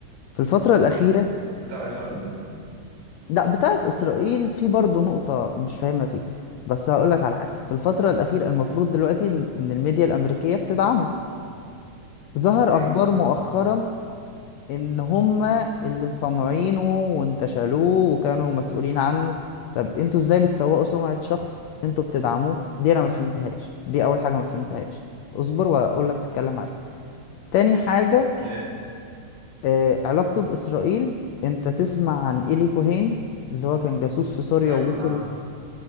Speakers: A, on the left; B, on the right.
A: في الفترة الأخيرة
B: بتاع إسرائيل
A: لا بتاعت إسرائيل في برضه نقطة مش فاهمها فيه بس هقولك على حاجة في الفترة الأخيرة المفروض دلوقتي إن إن الميديا الأمريكية بتدعمه ظهر
B: ايوه
A: أخبار مؤخرا
B: نعم.
A: ان هما اللي صانعينه وانتشلوه وكانوا مسؤولين عنه طب انتوا ازاي بتسوقوا سمعة شخص انتوا بتدعموه دي انا ما فهمتهاش دي اول حاجة ما فهمتهاش اصبر واقول لك تتكلم معايا تاني حاجة
B: آه،
A: آه علاقته باسرائيل انت تسمع عن إيلي كوهين اللي هو كان جاسوس في سوريا
B: أيوه
A: ووصل
B: عارف